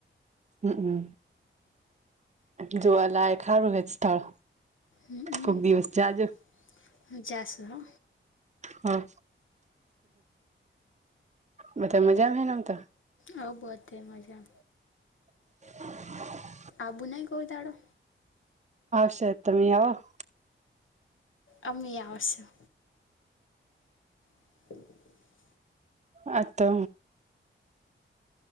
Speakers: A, on the right; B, on the left.
A: અમ્મમ. એટલે જોવા લાયક હારૂ હે સ્થળ.
B: અમ્મ-અમ્મ
A: કોક દિવસ જાજો
B: જાસુ હો.
A: હા. બધા મજામાં હેને આમ તો
B: હોવ બધે મજા.
A: <inaudible>
B: આબુ નહીં કોઈ દાડો
A: હશે. તમેય આવો.
B: અમેય આવશું. <inaudible>
A: આ તો